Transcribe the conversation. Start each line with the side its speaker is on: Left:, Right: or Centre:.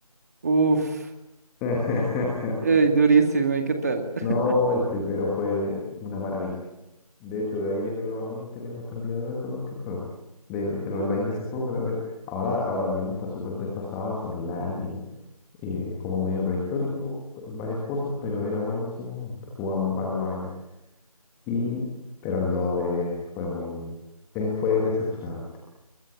Right: Uf,
Centre: <laughs>
Right: ey, durísimo, ¿y qué tal? <laughs>
Centre: No, el primero fue una maravilla. De hecho, de ahí vienen los amigos que tengo hasta el día de hoy con los que juego. Del, del
Right: Uy.
Centre: online de ese juego que también. Ahora, ahora mismo está súper desfasado ese online y, y es como medio prehistórico, en varias cosas, pero era bueno en su momento. Jugamos varios años. Y, pero el 2 eh, fue muy. eh, fue decepcionante.